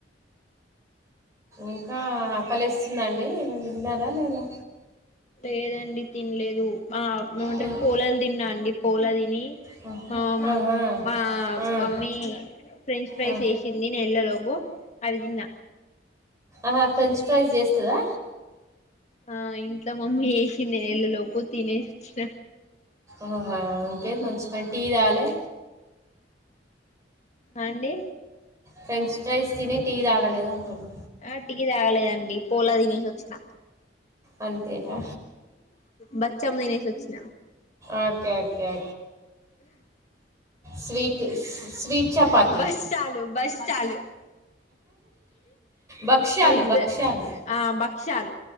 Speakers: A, on the right (about 20°); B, on the left (about 40°).
A: ఇంకా కలిస్తుందండి విన్నారా లేదా
B: లేదండి తినలేదు ఏమంటారు
A: హ్మ్.
B: పూలాలు తిన్నా అండి పోల తిని
A: హ్మ్.
B: మా
A: ఆహా!
B: మా
A: హ్మ్.
B: మమ్మీ ఫ్రెంచ్ ఫ్రైస్
A: ఆ!
B: వేసింది నేను వెళ్లే లోపు అది తిన్న
A: ఆ ఫ్రెంచ్ ఫ్రైస్ చేస్తుందా
B: ఆ ఇంట్లో మమ్మీ వేసింది వెళ్లేలోపు తినేసి వచ్చిన
A: ఆహా ఓకే మంచి టీ తాలే
B: అ అండి
A: ఫ్రెంచ్ ఫ్రైస్ తిని తీ తాగలేద అంటున్నా
B: ఆ టి తాగలేదండి పోలా తినేసి వచ్చినా
A: అంతేరా
B: బచ్చం తినేసి వచ్చిన
A: ఓకే కేే స్వీట్ స్వీట్ చపాతి
B: బస్ చాలు బస్ చ ఆ
A: భక్ష్యాలు
B: ఇద్ద
A: భక్ష్యాలు
B: ఆ భక్ష్యాలు